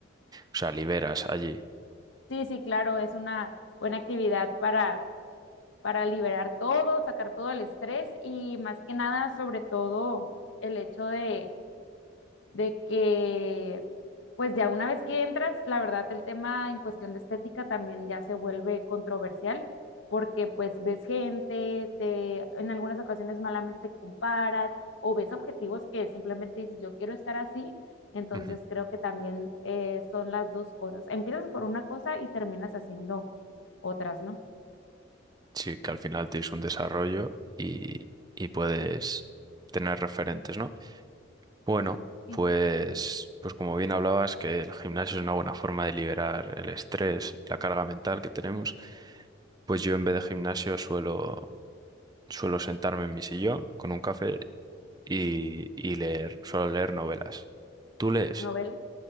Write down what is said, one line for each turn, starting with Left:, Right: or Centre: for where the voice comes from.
Right: sea, liberas allí.
Left: Sí, sí, claro, es una buena actividad para, para liberar todo, sacar todo el estrés y más que nada, sobre todo, el hecho de de que, pues ya una vez que entras, la verdad el tema en cuestión de estética también ya se vuelve controversial, porque pues ves gente, te en algunas ocasiones malamente comparas o ves objetivos que simplemente dices, yo quiero estar así, entonces
Right: Ujú.
Left: creo que también eh, son las dos cosas. Empiezas por una cosa y terminas haciendo otras, ¿no?
Right: Sí, que al final tienes un desarrollo y, y puedes tener referentes, ¿no? Bueno,
Left: Sí.
Right: pues, pues como bien hablabas, que el gimnasio es una buena forma de liberar el estrés, la carga mental que tenemos, pues yo en vez de gimnasio suelo, suelo sentarme en mi sillón con un café y, y leer, suelo leer novelas. ¿Tú lees?
Left: Novelas.